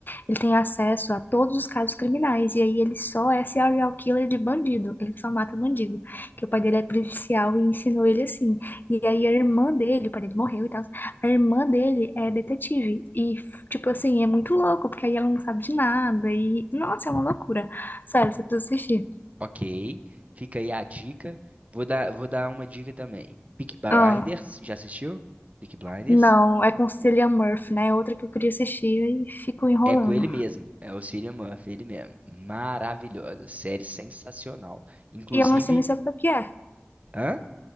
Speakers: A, on the left; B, on the right.
A: ele tem acesso a todos os casos criminais. E aí ele só é serial killer de bandido. Ele só mata bandido. Que o pai dele é policial e ensinou ele assim. E aí a irmã dele, o pai dele morreu e tal. A irmã dele é detetive. E, tipo assim, é muito louco, porque aí ela não sabe de nada. E, nossa, é uma loucura. Sério, você precisa assistir.
B: Ok, fica aí a dica. Vou dar, vou dar uma dica também. Peaky Blinders,
A: Ah,
B: já assistiu? Peaky Blinders?
A: não, é com Cillian Murphy, né? É Outra que eu queria assistir e fico enrolando.
B: É com ele mesmo, é o Cillian Murphy, ele mesmo. Maravilhosa, série sensacional. Inclusive,
A: E eu não sei nem sobre o que é.
B: hã?